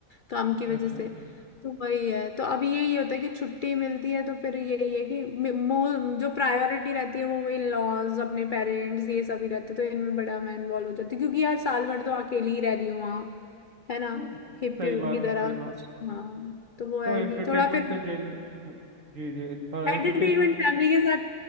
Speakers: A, on the left; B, on the right.
A: काम की वजह
B: अच्छा
A: से
B: अच्छा
A: तो वही है तो अभी यही होता है कि छुट्टी मिलती है तो फिर यही है कि मे- मो जो प्रायोरिटी रहती है वो वही लॉज अपने पेरेंट्स ये सभी रहते तो इनमें बड़ा मैं इन्वॉल्व हो जाती हूँ। क्योंकि यार साल भर तो अकेली ही रह रही हूँ वहाँ है ना
B: हाँ
A: हिप्पी
B: सही बात
A: की
B: है
A: तरह
B: सही
A: कुछ
B: बात
A: हाँ तो वो है
B: तो एंटरटेनमेंट
A: कि थोड़ा फिर
B: का जरिए हाँ, जी जी और
A: एंटरटेनमेंट
B: एंटरटेनमेंट
A: फैमिली के साथ